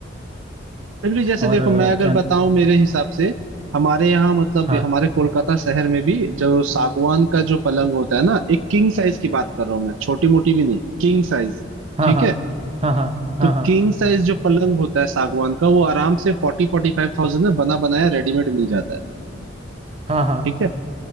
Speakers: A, on the right (about 75°); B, on the right (about 30°).
A: फिर भी जैसे
B: और
A: देखो
B: अ,
A: मैं अगर
B: क्या
A: बताऊं मेरे हिसाब से हमारे यहाँ मतलब
B: हाँ
A: हमारे कोलकाता शहर में भी जो सागवान का जो पलंग होता है ना एक किंग साइज की बात कर रहा हूँ मैं छोटी मोटी भी नहीं किंग साइज
B: हाँ
A: ठीक
B: हाँ
A: है
B: हाँ हाँ हाँ
A: तो
B: हाँ
A: किंग साइज जो पलंग होता है सागवान का वो आराम से फोर्टी फोर्टी फाइव थाउजेंड में बना बनाया रेडीमेड मिल जाता है
B: हाँ हाँ हाँ
A: ठीक है